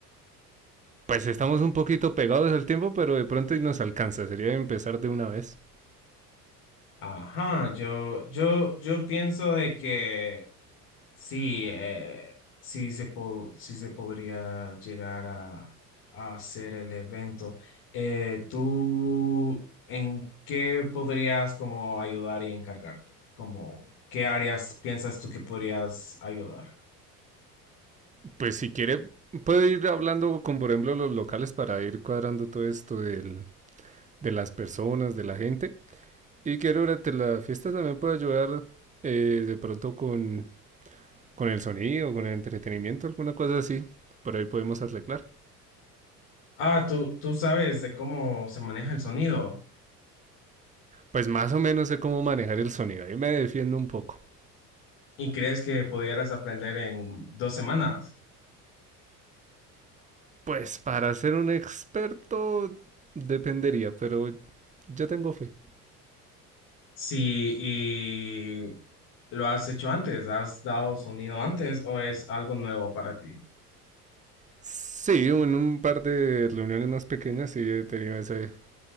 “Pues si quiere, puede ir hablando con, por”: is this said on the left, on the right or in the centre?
Right